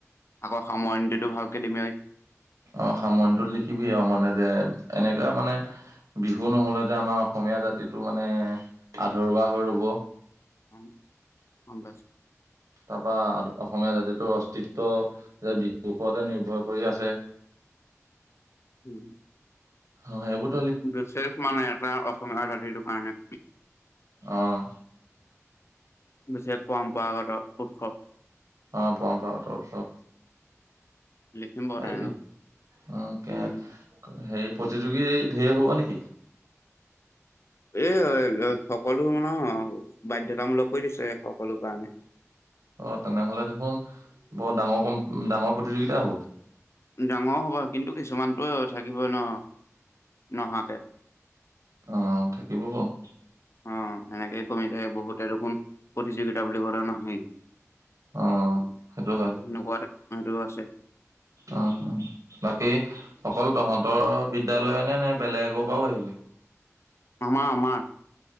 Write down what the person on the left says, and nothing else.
আকৌ সামৰণীটোতো ভালকে দিমেই।
অ বছ।
উম।
বিশেষ মানে এটা সমডাৰ <unintelligible> সটো কাৰণে
বিশেষ পৰম্পৰাগত। উৎসৱ
লখিমপুৰ
তেনেকৈ
উম
এ সকলো মান বাধ্যাতামূলক কৰি দিছে সকলো কাৰণে।
ডাঙৰ হ'ব কিন্তু কিছুমানটো থাকিবই ন নহাকে।
অ এনেকেই কমি থাকে বহুতে দেখোন প্ৰতিযোগিতা বুলি কলে নাহেই।
সেনেকুৱা এটা সেইটো আছে।
অ আমাৰ আমাৰ